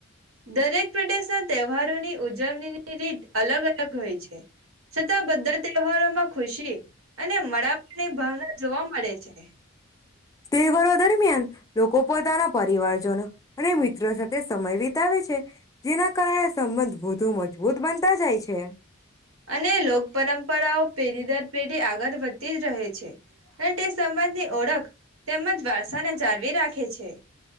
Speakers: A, on the right (about 75°); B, on the left (about 15°).
A: દરેક પ્રદેશના તહેવારોની ઉજવણીની રીત. અલગ અલગ હોય છે છતાં બધા તહેવારોમાં ખુશી. અને મળવાની ભાવના જોવા મળે છે.
B: તહેવારો દરમિયાન લોકો પોતાના પરિવારજનો અને મિત્રો સાથે. તે સમય વિતાવે છે જેના કારણે સંબંધ વધુ મજબૂત બનતા જાય છે.
A: અને લોક પરંપરાઓ પેઢી દર પેઢી આગળ વધતી જ રહે છે અને તે સમાજની ઓળખ તેમજ વારસાને જાળવી રાખે છે.